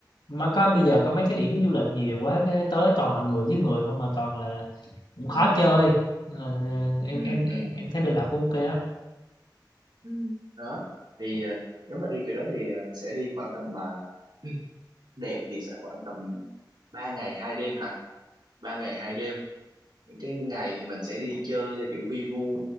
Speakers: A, on the left (about 80°); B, on the right (about 70°).
A: mà có bây giờ có mấy cái điểm du lịch nhiều quá cái tới toàn là người với người không mà toàn là cũng
B: ừ
A: khó chơi Nên là ờ, em
B: ừ
A: em
B: ừ
A: em em thấy Bình Lập cũng ok á
B: ừ. đó thì ờ, nếu mà đi kiểu đó thì ờ, sẽ đi khoảng tầm mà <clears throat> đẹp thì sẽ khoảng tầm 3 ngày hai đêm hả ba ngày hai đêm cái ngày thì mình sẽ đi chơi theo kiểu vi vu